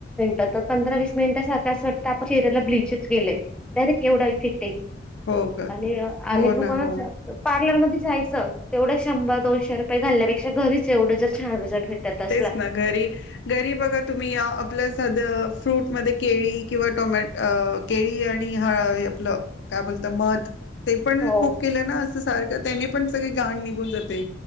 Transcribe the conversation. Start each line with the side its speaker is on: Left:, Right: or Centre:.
Centre: तर पंधरा वीस मिनिटं असं वाटतं आपण चेहऱ्याला ब्लीच केलेय डायरेक्ट एवढा इफेक्ट
Left: हो का
Centre: ये आणि
Left: हो
Centre: दुकानात
Left: ना हो
Centre: पार्लरमध्ये जायचं तेवढं शंभर दोनशे रुपये घालण्यापेक्षा घरीच एवढं छान रिझल्ट भेटत असला
Left: तेच ना घरी घरी बघा तुम्ही आपलं साधं फ्रूटमध्येध्ये केळी किंवा टोमॅट केळी आणि ह आपलं काय बोलत मध ते पण
Centre: हो
Left: खूप केलं ना असं सारखं त्याने पण सगळे घाण निघून जाते